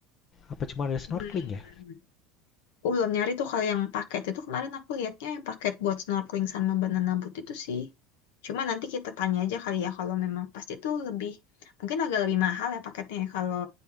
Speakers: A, on the left (about 35°); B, on the left (about 85°).
A: Apa cuma ada snorkeling
B: Hmm.
A: ya?
B: Aku belum nyari tuh kalau yang paket itu kemarin aku lihatnya yang paket buat snorkeling sama banana boat itu sih. Cuma nanti kita tanya aja kali ya kalau memang pasti itu lebih mungkin agak lebih mahal ya paketnya ya kalau